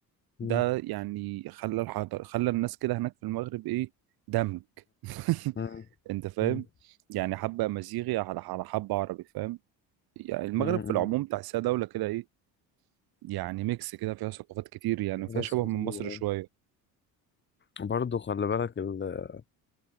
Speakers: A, on the left; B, on the right.
A: مم.
B: ده يعني خلى الحضر خلى الناس كده هناك في المغرب ايه دمج <laughs>
A: مم.
B: انت فاهم
A: مم.
B: يعني حبه امازيغي على على حبه عربي فاهم يعني المغرب
A: امم
B: في العموم تحسها دوله كده ايه يعني ميكس كده فيها ثقافات كتير يعني وفيها
A: ناس
B: شبه
A: لذيذة
B: من مصر شوية
A: برضه خلي بالك ال-